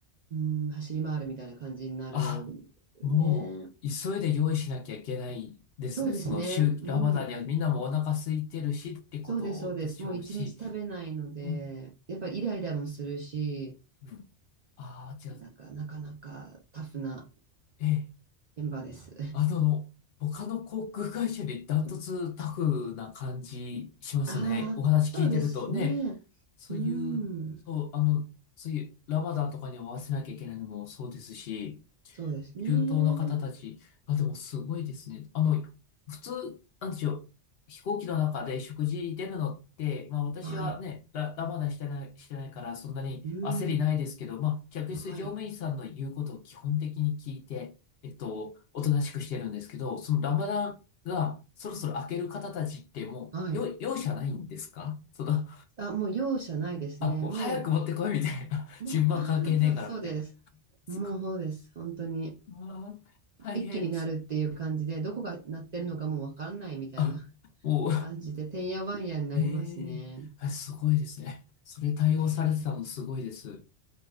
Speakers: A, on the right; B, on the left.
A: うん、走り回るみたいな感じになるね。
B: あ、もう、急いで用意しなきゃいけないですね。
A: そうですね。
B: その、週、
A: うん。
B: ラマダンにはみんなもお腹空いてるしってことでしょうし、
A: そうです、そうです。もう一日食べないので、
B: うん、
A: やっぱイライラもするし、
B: うん。ああ、じゃあ、
A: なんか、なかなかタフな
B: ええ、
A: 現場です。
B: あの、他の航空会社よりダントツタフな感じしますね。
A: <laughs> うんああー、
B: お話聞いてるとね。
A: そうですね。
B: そういう、
A: うん、
B: そう、あの、そういうラマダンとかに合わせなきゃいけないのもそうですし、
A: そうですね。
B: 中東の方たち、あ、でもすごいですね。あの、普通、なんでしょう、飛行機の中で食事出るのって、まあ私はね、
A: はい。
B: ラ、ラマダンしてない、してないからそんなに焦りないですけど、
A: うん、
B: まあ客室乗務員さんの言うことを基本的に聞いて、
A: はい。
B: えっと、おとなしくしてるんですけど、そのラマダンがそろそろ明ける方たちってもう、
A: はい。
B: よ、容赦ないんですかその
A: あ、もう容赦ないですね。
B: あ、もう早く持ってこいみたいな。
A: も
B: <laughs>
A: う、
B: 順番関係ねえからみたいな。
A: もうバーンと、そうです。
B: すごい。
A: もうそうです。本当に。
B: うわー、大変。
A: 一気になるっていう感じで、
B: す、
A: どこが鳴ってるのかもうわからないみたいな
B: あ、もう、
A: 感じで、てんやわんやになりますね。
B: <laughs> ええあすごいですね。それ対応されてたのすごいです。
A: ねえ